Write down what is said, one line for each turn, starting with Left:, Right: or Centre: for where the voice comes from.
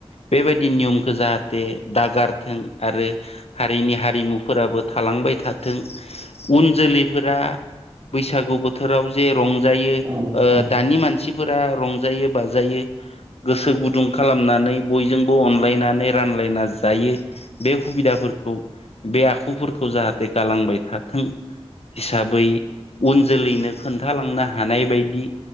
Left: बेबायदि नियमखौ जाहाथे दागारथों आरो हारिनि हारिमुफोराबो थाल लांबाय थाथों उन जोलैफोरा बैसागु बोथोराव जे रंजायो
Right: औ नोंथां। औ नोंथां।
Left: दानि मानसि फोर रंजायो बाजायो गोसो गुदुं खालामनानै बयजोंबो अनलायनानै रान सालायना जायो बे सुबिदाफोरखौ बे आखुफोरखौ जाहाथे दे गालांबाय थाथों हिसाबै उन जोलैनो खोन्थालांनो हानाय बायदि